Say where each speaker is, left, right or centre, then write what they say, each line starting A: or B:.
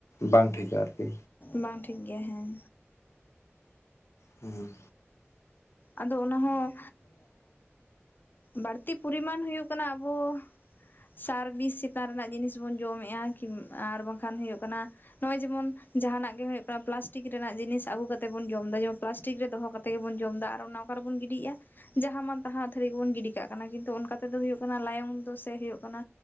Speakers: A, on the left (about 80°); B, on the left (about 45°).
A: ᱵᱟᱝ ᱴᱷᱤᱠᱟ ᱟᱨᱠᱤ᱾
B: ᱵᱟᱝ ᱴᱷᱤᱠ ᱜᱮᱭᱟ ᱦᱮᱸ᱾
A: ᱦᱩᱸ
B: ᱟᱫᱚ ᱚᱱᱟᱦᱚᱸ ᱵᱟᱹᱲᱛᱤ ᱯᱚᱨᱤᱢᱟᱱ ᱦᱩᱭᱩᱜ ᱠᱟᱱᱟ ᱟᱵᱚᱼᱼ ᱥᱟᱨᱵᱤᱥ ᱪᱮᱛᱟᱱ ᱨᱮᱱᱟᱜ ᱡᱤᱱᱤᱥ ᱵᱚᱱ ᱡᱚᱢᱮᱫᱼᱟᱠᱤ ᱟᱨ ᱵᱟᱝᱠᱷᱟᱱ ᱦᱩᱭᱩᱜ ᱠᱟᱱᱟᱼᱼ ᱱᱚᱜᱼᱚᱭ ᱡᱮᱢᱚᱱ ᱡᱟᱦᱟᱱᱟᱜ ᱜᱮ ᱦᱩᱭᱩᱜ ᱠᱟᱱᱟ ᱯᱞᱟᱥᱴᱤᱠ ᱨᱮᱱᱟᱜ ᱡᱤᱱᱤᱥ ᱟᱹᱜᱩ ᱠᱟᱛᱮᱜ ᱵᱚᱱ ᱡᱚᱢ ᱮᱫᱟ ᱡᱮᱢᱚᱱ ᱯᱞᱟᱥᱴᱤᱠ ᱨᱮ ᱫᱚᱦᱚ ᱠᱟᱛᱮᱫᱼᱼ ᱛᱮᱜᱮ ᱵᱚᱱ ᱡᱚᱢ ᱫᱟ ᱟᱨ ᱚᱱᱟ ᱚᱠᱟᱨ ᱨᱮᱵᱚᱱ ᱜᱤᱰᱤᱜᱼᱟᱼᱼ ᱡᱟᱦᱟᱸ ᱢᱟᱱ ᱛᱟᱦᱟᱸ ᱟᱹᱛᱷᱟᱹᱲᱤ ᱜᱮᱵᱚᱱ ᱜᱤᱰᱤ ᱠᱟᱜ ᱠᱟᱱᱟ ᱠᱤᱱᱛᱩ ᱚᱱᱠᱟ ᱛᱮᱫᱚ ᱦᱩᱭᱩᱜ ᱠᱟᱱᱟ ᱞᱟᱭᱚᱝ ᱫᱚ ᱥᱮ ᱦᱳᱭᱳᱜ ᱠᱟᱱᱟᱼᱼ